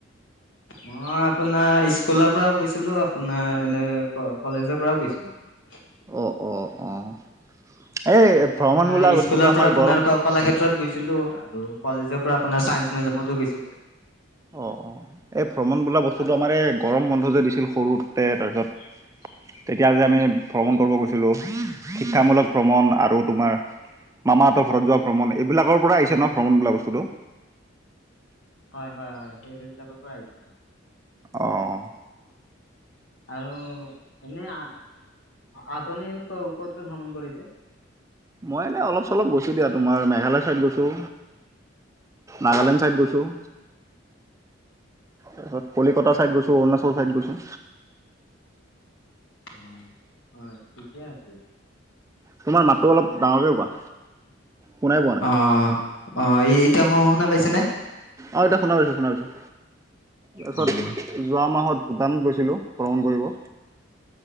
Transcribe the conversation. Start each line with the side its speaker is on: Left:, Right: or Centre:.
Left: মই আপোনাৰ স্কুলৰ পৰাও গৈছিলোঁ। আপোনাৰ এনে কলেজৰ পৰাও গৈছিলোঁ।
Right: অ' অ' অ'। এই ভ্ৰমণ
Left: আপোনাৰ
Right: বোলা বস্তুটো
Left: স্কুলৰ
Right: আমাৰ
Left: পৰা আপোনাৰ
Right: গৰম
Left: ক'লা কলাক্ষেত্ৰত গৈছি ছিলো আৰু কলেজৰ পৰা আপোনাৰ চাইন্স মেউজিয়ামতো গৈছিলোঁ।
Right: অ' অ' এই ভ্ৰমণ বোলা বস্তুটো,
Left: আৰু
Right: আমাৰ এই গৰম বন্ধ যে দিছিল সৰুতে তাৰপিছত
Left: <inaudible>
Right: তেতিয়া যে আমি ভ্ৰমণ কৰিব গৈছিলোঁ। শিক্ষামূলক ভ্ৰমণ আৰু তোমাৰ মামাহঁতৰ ঘৰত যোৱা ভ্ৰমণ, এইবিলাকৰ পৰা আহিছে ন ভ্ৰমণ বোলা বস্তুটো।
Left: হয়, হয়, হয়। সেই সেইবিলাকৰ পৰা আহিছে হয়‌।
Right: অহ'
Left: আৰু এনে আহ আপুনি এনে ক'ত ক'ত ভ্ৰমণ কৰিছে?
Right: মই এনে অলপ চলপ গৈছোঁ দিয়া। তোমাৰ মেঘালয় চাইদ গৈছোঁ। নাগালেণ্ড চাইদ গৈছোঁ। তাৰপিছত, কলিকতা চাইদ গৈছোঁ, অৰুণাচল চাইদ গৈছোঁ।
Left: অ', অ', ঠিকে আছে।
Right: তোমাৰ মাতটো অলপ ডাঙৰকে কোৱা। শুনাই পোৱা নাই
Left: অ', অ', এতিয়া শ-শুনা পাইছে নে?
Right: অ', এতিয়া শুনা পাইছোঁ, শুনা পাইছোঁ, তাৰপাছত
Left: অ'
Right: যোৱা মাহত ভূটান গৈছিলোঁ ভ্ৰমণ কৰিব।